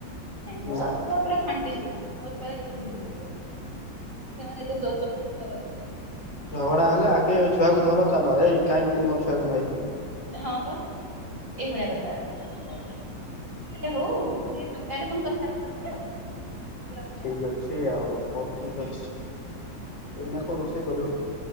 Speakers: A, on the right; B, on the left.
A: ନାଇଁ ମୋ
B: ନା
A: ଛୁଆ ପୁରା ଫାଣ୍ଟି ସୁନା ମୋ ଛୁଆ କିଛି ଭୁଲ ନଥିବ ସେମାନେ ଏତେ ଦୋଷ ଫୋଷ ଧର
B: ଝଗଡା ହେଲେ ଆଗେ ଏ ଛୁଆକୁ ଧର ଚାଲ। ଏଇ କାହିଁକି ତୁ ମୋ ଛୁଆକୁ ମାଇଲୁ?
A: ହଁ ବା ଏଇ ଭଳିଆ କଥାବାର୍ତା। ଆଚ୍ଛା ହଉ ମୁଁ ଟିକେ ଫାଙ୍କା ହେଲେ ପୁଣି କଥା ହେବି ପଛରେ ଆଉ। ଏବେ ରଖିଦବା।
B: ଠିକ ଅଛି ଆଉ ହଉ ଠିକ
A: ହୁଁ।
B: ଅଛି। ଏଇନା କଣ ରୋଷେଇ କରିବ?